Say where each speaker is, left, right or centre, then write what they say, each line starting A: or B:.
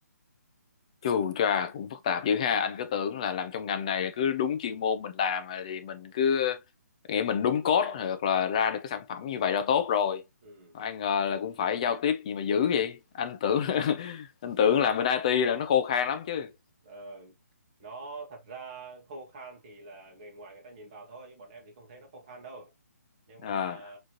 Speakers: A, on the left (about 25°); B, on the right (about 25°).
A: chù chà cũng phức tạp dữ ha anh cứ tưởng là làm trong ngành này cứ đúng chuyên môn mình làm thì mình cứ nghĩ mình đúng code hoặc là ra được cái sản phẩm như vậy là tốt rồi
B: ừ.
A: ai ngờ là cũng phải giao tiếp gì mà dữ vậy anh tưởng <laughs> anh tưởng
B: Ừ.
A: là bên IT là nó khô khan lắm chứ
B: Ờ, nó thật ra khô khan thì là người ngoài người ta nhìn vào thôi chứ bọn em thì không thấy nó khô khan đâu nhưng
A: à
B: mà